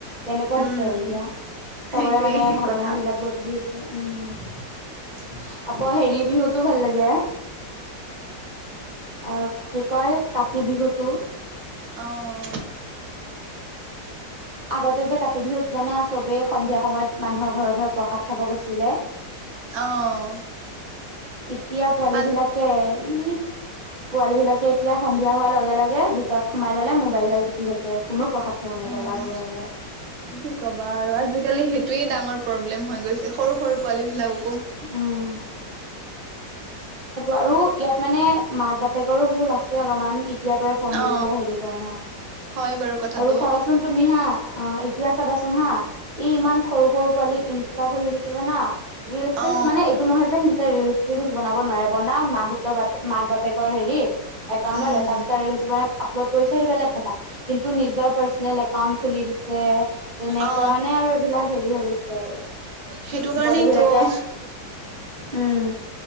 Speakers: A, on the right (about 70°); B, on the right (about 85°).
A: তেনেকুৱা
B: উম
A: হৈছে আৰু এতিয়া।
B: সেইটোৱে
A: চবৰে মানে ভাৱনা
B: কথা
A: বিলাক বদলিছে। উম আকৌ হেৰি বিহুতটো ভাল লাগে, অ কি কয় কাতি বিহুটো,
B: অ'।
A: আগতে যে কাটি বিহুত জানা চবেই সন্ধিয়া সময়ত মানুহৰ ঘৰে ঘৰে প্ৰসাদ খাব গৈছিলে।
B: অ'।
A: এতিয়া পোৱালীবিলাকে
B: আজ
A: ই পোৱালীবিলাকে এতিয়া সন্ধিয়া হোৱাৰ লগে লগে ভিতৰত সোমাই ল'লে, মোবাইলডাল টিপি থাকে। কোনো প্ৰসাদ খাব নাযায়।
B: উম,
A: কাৰো ঘৰে ঘৰে।
B: কি ক'বা আৰু আজিকালি সেই এইটোৱেই ডাঙৰ প্ৰব্লেম হৈ গৈছে। সৰু সৰু পোৱালীবিলাক-
A: উম। <unintelligible> আৰু ইয়াত মানে মাক-বাপেকৰো ভুল আছে। যে অলপমান এতিয়াৰ পৰাই ফোন
B: অ
A: দি পেলাই হেৰি কৰা নহয়।
B: হয় বাৰু কথাটো
A: আৰু চাবাচোন তুমি হা, অ' এতিয়া চাবাচোন হা! ই ইমান সৰু সৰু পোৱালীক ইনষ্টা খুলি দিছে জানা? ৰীলচ-চিলচ
B: অ
A: মানে এইটো নহয় যে ৰিলচ-চিলচ বনাব নোৱাৰে, বনাওক মাকহঁতৰ মাক-বাপেকৰ হেৰিত। একাউণ্টত
B: উম
A: এটা দুটা ৰীলচ বনাই আপলোড কৰিছে সেইটো বেলেগ কথা। কিন্তু নিজৰ পাৰ্চনেল একাউণ্ট খুলি দিছে। তেনেকুৱা
B: অ
A: মানে আৰু এইবিলাক হেৰি হৈ গৈছে আৰু।
B: সেইটো কাৰণেইতো
A: পোৱালীবিলাক <unintelligible> উম।